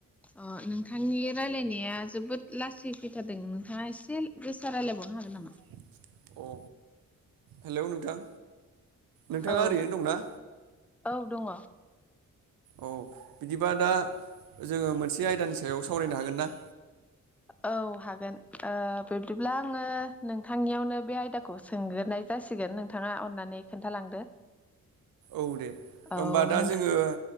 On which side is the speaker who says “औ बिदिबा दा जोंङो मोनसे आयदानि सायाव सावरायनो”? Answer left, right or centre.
Right